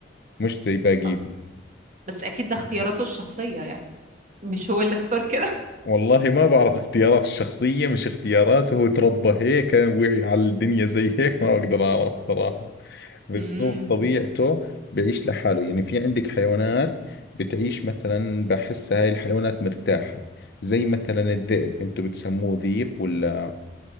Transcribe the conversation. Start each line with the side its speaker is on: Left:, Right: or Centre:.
Left: مش زي باقيهم
Right: آه، بس أكيد ده اختياراته الشخصية يعني مش هو اللي اختار كده
Left: والله ما بعرف اختيارات الشخصية مش اختياراته هو تربى هيك وعي على الدنيا زي هيك ما اقدر اعرف صراحة
Right: <laughs>
Left: بالضبط
Right: امم
Left: طبيعته بيعيش لحاله يعني في عندك حيوانات بتعيش مثلا بحس هاي الحيوانات مرتاحة زي مثلا الذئب انتوا بتسموه ذيب ولا